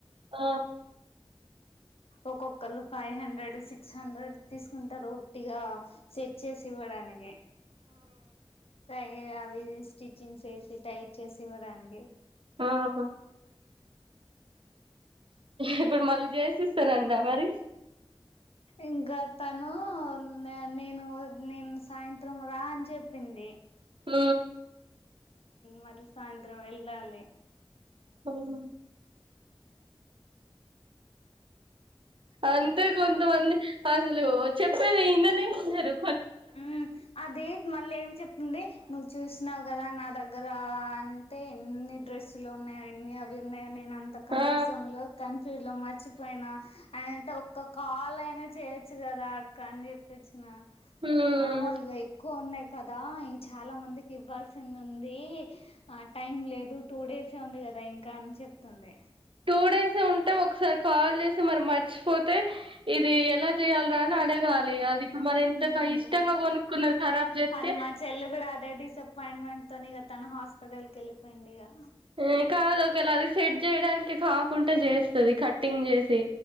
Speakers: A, on the right; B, on the left.
A: ఆ
B: ఒక్కొక్కళ్ళు five hundred sick six hundred తీసుకుం టారు ఉట్టిగా సెడ్ చేసి ఇవ్వడానికి సై ఏఅవి స్టిచ్చింగ్ చేసి టైట్ చేసి ఇవ్వడానికి
A: ఆ హ ఇప్పుడు మళ్ళీ చేసిస్తానందా మరి
B: ఇంకా తను నేను నేను సాయంత్రం రా అని చెప్పింది
A: ఉ
B: మళ్ళీ సాయంత్రం వెళ్ళాలి
A: అవున అంతే కొంతమంది అసలు చెప్పేది ఇననే ఇనరు
B: ఉ అది మళ్ళీ ఏం చెప్తుంది నువ్వు చేస్ చేసినావు కదా నా దగ్గర అంటే ఎన్ని డ్రెస్సులు ఉన్నాయ ఎన్ని అవి ఉన్నాయని నేను అంత కన్ఫ్యూజమ్
A: ఆ
B: లొ కన్ఫ్యూజ్ లో మ మర్చిపోయినా అయనటో ఒక్క కాల్ అయినా చేయొచ్చు కదా అక్క అని చెప్పొచ్చిన
A: మ్మ్
B: ఆ ఇగ ఎక్కు కదా ఇంగ్ చాలా మందికి ఇవ్వాల్సింది ఉంది ఆ టైం లేదు టూ డేసే ఉంది కదా ఇంకా అని చెప్తుంది
A: టు డేస్ ఉంటే ఒకసారి కాల్ చేసి మరి మర్చిపోతే ఇది ఎలా చేయాలరా అని అడగాలి అది ఇప్పుడు మర ఇంత
B: హ్మ్.
A: క ఇష్టంగా కొనుక్కున్నది ఖరాబ్ చేస్తే
B: అది మా చెల్లి కూడా అదే డిస్సప్పాయింట్మెంట్ తోని ఇక తన హాస్పిటల్ క వెళ్ళిపోయింది ఇగ
A: ఏ కాదు ఒక ఏళ అది సేట్ జేయడానికి కాకుంట చేస్తది కట్టింగ్ చేసి